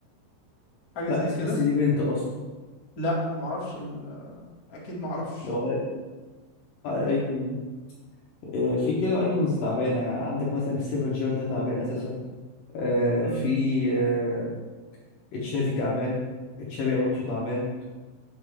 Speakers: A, on the left; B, on the left.
A: حاجة
B: لا
A: زي
B: سميث
A: كده
B: دي بنت اصلا
A: لا انا معرفش ال... اكيد معرفش
B: لو أي- أي- ايكون دي آه، في كده ايكونز تعبانه عندك مثلا السيفن جيرو ده تعبان اساسا آه،
A: امم
B: في آه، تشافي تعبان تشافي الونسو تعبان